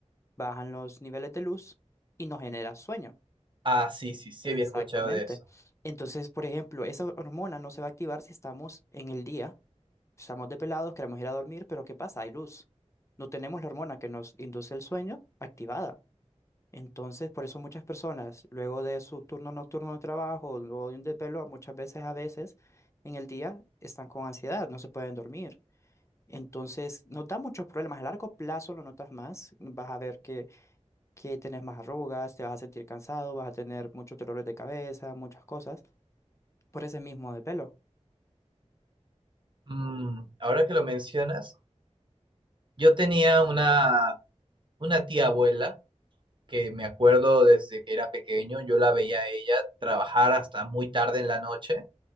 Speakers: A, on the left; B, on the right.
A: bajan los niveles de luz y nos genera sueño.
B: ah, sí, sí, sí
A: Exactamente.
B: había escuchado de eso.
A: Entonces, por ejemplo, esa hormona no se va a activar si estamos en el día, estamos desvelados, queremos ir a dormir, pero ¿qué pasa? Hay luz. No tenemos la hormona que nos induce el sueño activada. Entonces, por eso muchas personas, luego de su turno nocturno de trabajo, luego de un desvelo, muchas veces, a veces, en el día están con ansiedad, no se pueden dormir. Entonces, nos da muchos problemas. A largo plazo lo notas más. Vas a ver que, que tenés más arrugas, te vas a sentir cansado, vas a tener muchos dolores de cabeza, muchas cosas. Por ese mismo desvelo.
B: Mm, ahora que lo mencionas, yo tenía una, una tía abuela que me acuerdo desde que era pequeño, yo la veía a ella trabajar hasta muy tarde en la noche